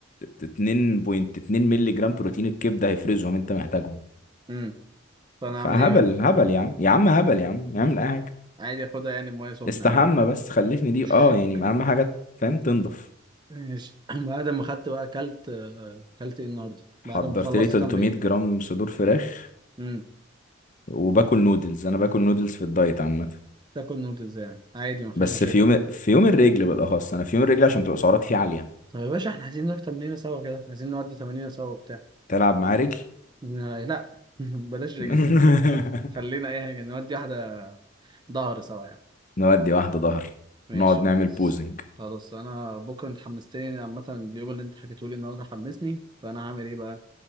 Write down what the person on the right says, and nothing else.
امم فانا
اعمل ايه بقى
عادي اخدها يعني بمية سخنة
عادي
<laughs>
ماشي <clears throat> بعد ما خدت بقى اكلت آه، اكلت ايه النهارده
بعد ما خلصت
تمرين
امم
تاكل نودلز يعني عادي ما فيهاش
مشاكل
طب يا باشا احنا عايزين نروح تمرينة سوا كده عايزين نودي تمرينة سوا وبتاع
آه، لا <laughs> بلاش رجل
خل... خلينا اي حاجة نودي واحدة ظهر سوا يعني.
ماشي
خلاص
خلاص انا بكره انت حمستني عامه اليوم اللي انت حكيته لي النهارده حمسني فانا هعمل ايه بقى